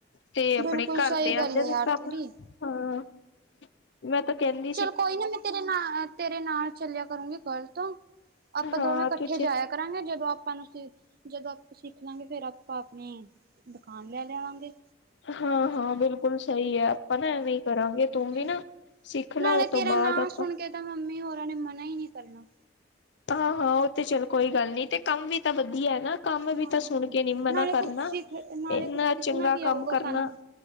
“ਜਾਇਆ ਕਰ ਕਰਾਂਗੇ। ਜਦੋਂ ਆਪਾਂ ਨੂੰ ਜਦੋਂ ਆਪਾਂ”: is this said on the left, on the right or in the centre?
Right